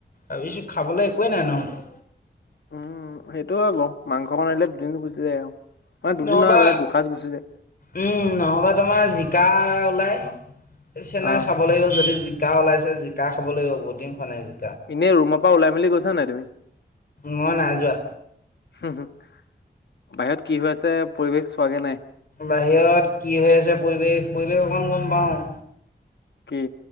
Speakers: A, on the left; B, on the left.
A: ভাবিছোঁ খাবলৈ একোৱেই নাই নহ'লে।
B: উম সেইটো বাৰু মাংস অকন আনিলে দুদিন গুচি যায় আৰু। মানে দুদিন
A: নহবা
B: নহয় মানে দুসাঁজ গুচি যায়
A: উম নহ'বা তোমাৰ জিকা ওলাই চেনে
B: আহ
A: চাব লাগিব যদি জি জিকা ওলাইছে জিকা খাব লাগিব বহুত দিন খোৱা নাই জিক
B: এনেই ৰুমৰ পৰা ওলাই মেলি কৈছা নাই তুমি?
A: মই নাই যোৱা
B: হম হম বাহিৰত কি হৈ আছে পৰিৱেশ চোৱাগে নাই।
A: বাহিৰত কি হৈ আছে পৰিৱেশ পৰিৱেশ অকণমান গম পাওঁ।
B: কি?